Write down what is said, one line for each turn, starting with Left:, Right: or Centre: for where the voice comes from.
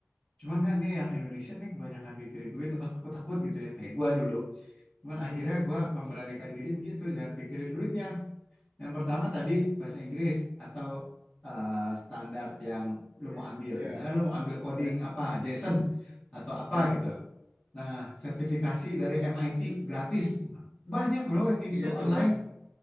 Left: Cuman kan nih yang Indonesia nih kebanyakan pikirin duit apa takut-takut gitu ya. Kayak gue dulu. Cuman
Right: Hmm,
Left: akhirnya gue memberanikan diri begitu. Jangan pikirin duitnya. Yang pertama tadi bahasa Inggris atau eh, standar yang lu mau ambil.
Right: ya,
Left: Misalnya lu mau ambil coding
Right: Ba-
Left: apa, JSON atau apa
Right: ya.
Left: gitu. Nah, sertifikasi dari MIT gratis. Banyak bro yang kayak
Right: Iya
Left: gitu
Right: tuh.
Left: online.
Right: ba-